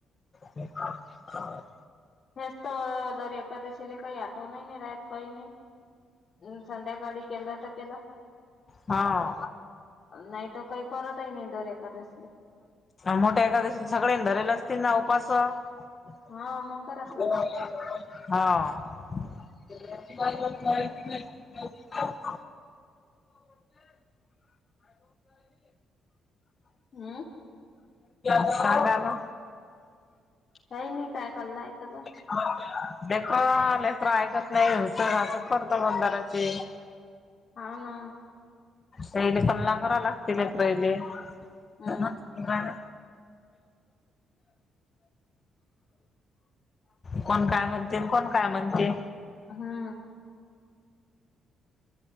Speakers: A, on the left (about 35°); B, on the left (about 50°).
A: <unintelligible>
B: हेच तर दर एकादशीला काही आट <unintelligible> संध्याकाडी केलं तर केलं.
A: हां.
B: नाही तर काही करत ही नाही दर एकादशीला.
A: मोठ्या एकादशी सगळेन धरेली असतील ना उपास. <inaudible>
B: हा मग कराच लागते
A: हांव.
B: हम्म
A: <unintelligible> सांगा ना.
B: काही नाही काय कलाय चालू.
A: <unintelligible>
B: हा ना.
A: पहिले कल्ला करा लागतील लेकरेले.
B: हम्म
A: राना. कोण काय म्हणते, कोण काय म्हणते.
B: हा.